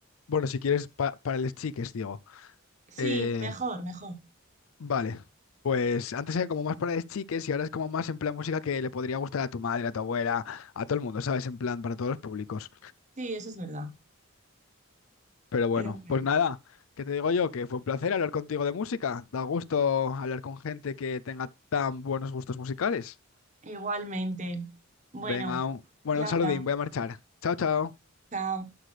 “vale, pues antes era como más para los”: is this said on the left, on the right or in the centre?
Left